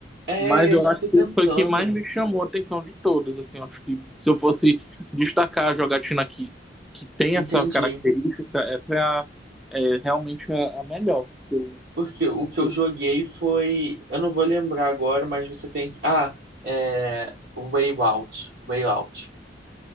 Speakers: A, on the right; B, in the centre.
A: É
B: mas eu
A: isso
B: acho
A: que eu
B: que
A: tô tentando.
B: esse foi o que mais me chamou a atenção de todos. Assim, eu acho que se eu fosse destacar a jogatina que, que tem
A: Entendi.
B: essa característica, essa é, a, é realmente a, a melhor. que eu-
A: Porque o que eu
B: que eu-
A: joguei foi. Eu não vou lembrar agora, mas você tem que. Ah, é. Way Out. Way Out.